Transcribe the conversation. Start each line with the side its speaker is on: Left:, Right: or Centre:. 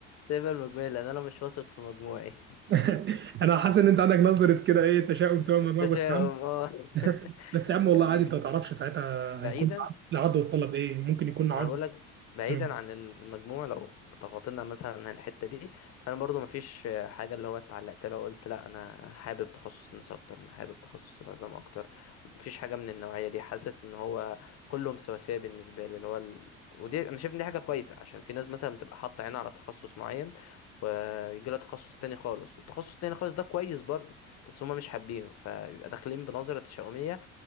Left: سايبها لمجموعي لأن أنا مش واثق في مجموعي
Right: <laughs> انا حاسس ان انت عندك نظره كده ايه تشاؤم سواء من
Left: التشاؤم
Right: مجموعك بس
Left: اه <laughs>
Right: <laughs> بس يا عم
Left: يعني
Right: والله عادي انت ما تعرفش ساعتها
Left: بعيدا
Right: هيكون العرض العرض والطلب ايه ممكن يكون
Left: ما
Right: عرض
Left: انا بقول لك بعيدا
Right: مم.
Left: عن المجموع لو تغاطينا مثلا عن الحته دي فانا برضو ما فيش حاجه اللي هو اتعلقت لها وقلت لا انا أنا حابب تخصص النساء اكتر انا حابب تخصص العظام اكتر ما فيش حاجه من النوعيه دي حاسس ان هو كلهم سواسيه بالنسبه لي اللي هو ال... ودي انا شايف ان دي حاجه كويسه عشان في ناس مثلا بتبقى حاطه عينها على تخصص معين ويجي لها تخصص تاني خالص والتخصص التاني خالص ده كويس برضو بس هما مش حابينه فيبقى داخلين بنظره تشاؤميه